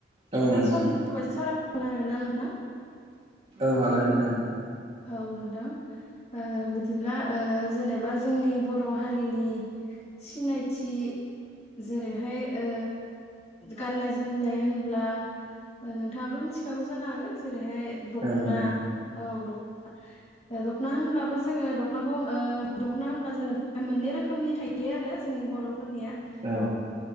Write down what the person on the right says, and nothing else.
औ नोंथां
औ हागोन नोंथां।
औ नोंथां
औ।